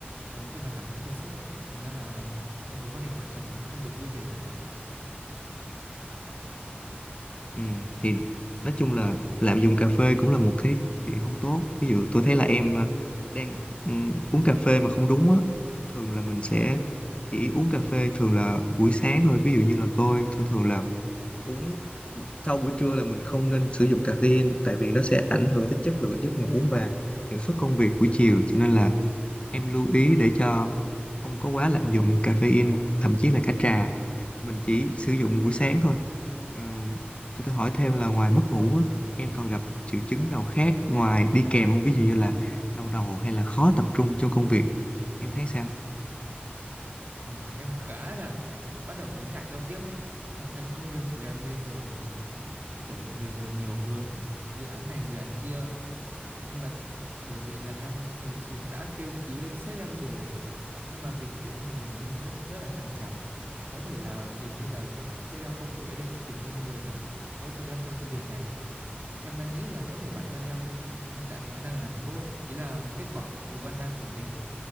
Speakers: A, on the right; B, on the left.
A: Và cuối cùng là cảm thấy kiệt sức. Thành ra là trong mối quan hệ vợ chồng nó cũng không được vui vẻ gì cả.
B: Ừ, thì nói chung là lạm dụng cà phê cũng là một cái chuyện không tốt. Ví dụ tôi thấy là em à, đang ừ, uống cà phê mà không đúng á, thường là mình sẽ chỉ uống cà phê thường là buổi sáng thôi. Ví dụ như là tôi thường thường là uống sau buổi trưa là mình không nên sử dụng caffeine tại vì nó sẽ ảnh hưởng tới chất lượng giấc ngủ và hiệu suất công việc buổi chiều. Cho nên là em lưu ý để cho không có quá lạm dụng caffeine, thậm chí là cả trà. Mình chỉ sử dụng buổi sáng thôi. Ờ, cho tôi hỏi thêm là ngoài mất ngủ á, em còn gặp triệu chứng nào khác ngoài đi kèm không? Ví dụ như là đau đầu hay là khó tập trung trong công việc. Em thấy sao?
A: Ờ, em khá là bắt đầu thấy ngại giao tiếp á. Bản thân công việc của em bây giờ thì đổ về từ nhiều hướng, dự án này dự án kia. Nhưng mà bởi vì là em thật sự đã kêu cứu lên sếp em rồi. Nhưng mà việc tuyển thêm người mới thì vẫn rất là chậm chạp. Có thể là dường như là sếp em không có ý định sẽ tuyển thêm người để hỗ trợ em trong công việc này. Em đang nghĩ là có thể bản thân em hiện tại thì vẫn đang làm tốt. Ý là kết quả mọi thứ vẫn đang ổn định